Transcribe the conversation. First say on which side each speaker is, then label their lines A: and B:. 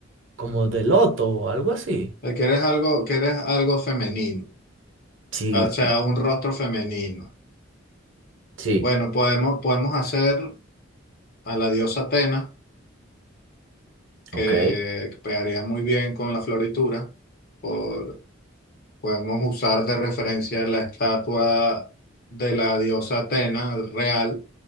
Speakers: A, on the right; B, on the left.
A: como de loto o algo así.
B: Eh, Quieres algo, quieres algo femenino,
A: Sí,
B: ah, o sea, un rostro femenino.
A: sí,
B: Bueno, podemos, podemos hacer a la diosa Atena, que
A: ok.
B: pegaría muy bien con la floritura. Por- podemos usar de referencia la estatua de la diosa Atena real